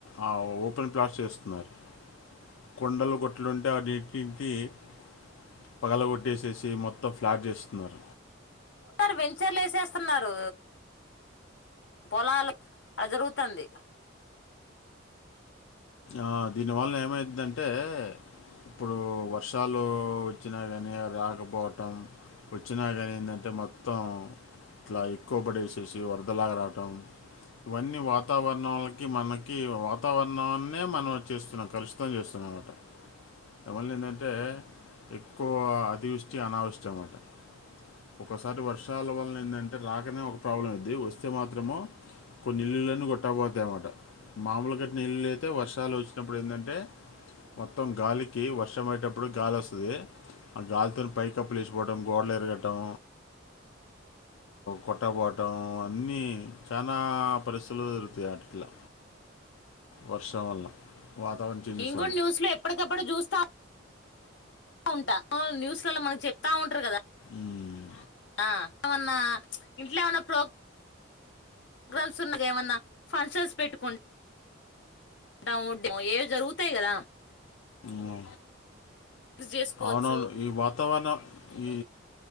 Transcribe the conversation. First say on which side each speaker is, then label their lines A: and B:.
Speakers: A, on the left; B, on the left.
A: ఆ ఓపెన్ ప్లాట్స్ చేస్తున్నారు. కొండలు గొట్లుంటే అడ్ని <unintelligible> పగల కొట్టేసేసి మొత్తం ఫ్లాట్ చేస్ బర
B: సార్ వెంచర్లు వేసేస్తున్నారు పొలాలు అ జరుగుతంది
A: ఆ దీనివల్లన ఏమవుతుందంటే ఇప్పుడు వర్షాలు వచ్చాకగాని అది ఆగిపోవటం, వచ్చానీంటే మొత్తం ఇలా ఎకువ పడేసేసి వరదలా గా రావటం ఇవన్నీ వాతావరణం మనకి వాతావరణాన్ని మనం చేస్తున్నాం కలుషితం చేస్తున్నాం అనమాట, ఏవల్ల ఏంటంటే ఎక్కువ అతివృష్టి అనావష్ అనమాట ఒకసారి వర్షాల వల్లన ఎంద అే రాకనే ఒక ప్రాబ్లం అది వస్ వస్తే మాత్రమో కొన్ని ఇల్లుీ కొట్టబోతాయి అన్నమాట మామూలు కట్న ఇల్లులు అయి అయితే వర్షాలు వచ్చినప్పుడు ఏంటంటే మొత్తం గాలికి వర్షం అయేటప్పుడు గాలి వస్తుంది ఆ గాలితో పైకప్పు లేచిపోవటం గోడలు ఎరగటం కొట్టపోవటం అన్నీ చాలా పరిస్థితులు దొరుకుతాయి అట్లా వర్షం వల్ల వాతావరణ చేంజెస్
B: ఇ కూడా
A: వల్ల
B: న్యూస్ లో ఎప్పటికెప్పుడు చూస్తా ఉంటా న్యూస్లలో మనకు చెప్తా ఉంటారు కదా
A: ఉమ్,
B: ఆ ఏమన్నా ఇంట్లో ఏమన్నా ప్రోగ ప్రోగ్రామ్స్ ఉన్నగా ఏమన్నా ఫంక్షన్స్ పెట్టుకుం ఏవో జరుగుతాయి కదా
A: అవు
B: చేసుకోవచ్చు
A: అవునను ఈ వాతావరణం ఈ